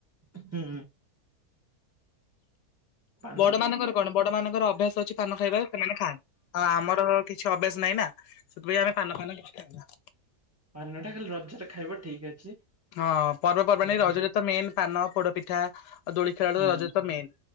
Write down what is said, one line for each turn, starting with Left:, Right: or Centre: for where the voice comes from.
Right: ହୁଁ। ପାନ
Left: ବଡ ମାନଙ୍କର
Right: ମାନେ
Left: କଣ ବଡ ମାନଙ୍କର ଅଭ୍ୟାସ ଅଛି ପାନ ଖାଇବାରେ ସେମାନେ ଖାଆନ୍ତି ଆଉ ଆମର କିଛି ଅଭ୍ୟାସ ନାହିଁ ନା ସେଥିପାଇଁ ଆମେ ପାନ ଫାନ କିଛି ଖାଉନା।
Right: ପାନଟା ଖାଲି ରଜରେ ଖାଇବ ଠିକ୍ ଅଛି।
Left: ହଁ ପର୍ବପର୍ବାଣି
Right: ବଢିଆ
Left: ରଜରେ ତ ମେନ୍ ପାନ ପୋଡ ପିଠା ଆଉ ଦୋଳି ଖେଳ
Right: ହୁଁ
Left: ଟା ରଜରେ ତ ମେନ୍।